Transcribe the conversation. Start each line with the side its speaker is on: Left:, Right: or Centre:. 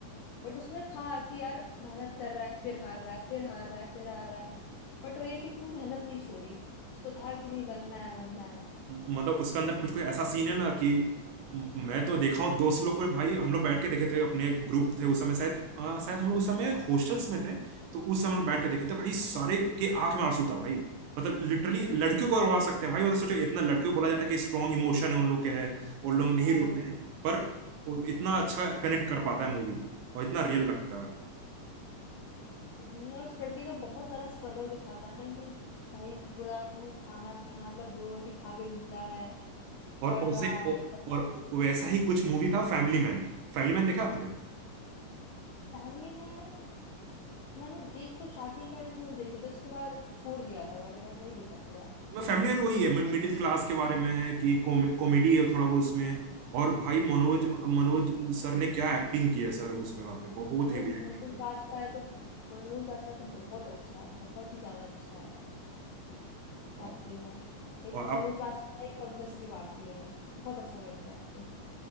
Left: बट उसमें था कि यार मेहनत कर रहा है फिर हार रहा है फिर हार रहा है फिर हार रहा है बट वही है कि उसने मेहनत नहीं छोड़ी उसको था कि नहीं बनना है बनना है
Right: म- मतलब उसका अंदर कुछ कुछ ऐसा सीन है ना कि म- मैं तो देखा हूँ दोस्त लोग को भाई हम लोग बैठ के देखे थे अपने ग्रुप थे उस समय शायद अ, शायद हम लोग उस समय हॉस्टल्स में थे तो उस समय हम लोग बैठ के देखे थे भाई सारे के आंख में आंसू था भाई मतलब लिटरली लड़कियों को रोवा सकते हैं भाई मतलब सोचो इतना लड़कियों को बोला जाता है कि स्ट्रांग इमोशन है उन लोग के है और लोग नहीं
Left: हाँ
Right: रोते हैं पर वो इतना अच्छा कनेक्ट कर पाता है मूवी और इतना रियल लगता है
Left: नहीं और उस लड़के का बहुत ज्यादा स्ट्रगल दिखाता है ना कि भाई पूरा अपने खाना पीना मतलब दो रोटी खा के जिंदा है
Right: और
Left: पढ़
Right: उसे
Left: रहा है कर रहा
Right: और
Left: है
Right: वैसा ही कुछ मूवी था फैमिली मैन फैमिली मैन देखा आपने
Left: फैमिली में मैंने एक तो स्टार्टिंग के एपिसोड देखे थे उसके बाद छोड़ दिया था मैंने मैंने नहीं देखा पूरा
Right: मैं फैमिली मैन वही है मिडिल क्लास के बारे में है कि कॉमेडी है थोड़ा बहुत उसमें और भाई मनोज मनोज सर ने क्या एक्टिंग की है सर उसमें बाप रे बहुत
Left: भाई
Right: हेवी एक्टिंग
Left: मनोज
Right: की है
Left: बाजपेयी तो मनोज बाजपेयी तो बहुत अच्छा है बहुत ही ज्यादा अच्छा है
Right: और
Left: एक्टिंग में एक
Right: और
Left: मनोज
Right: आप
Left: बाजपेयी एक पंकज त्रिपाठी है बहुत अच्छा करते हैं एक्टिंग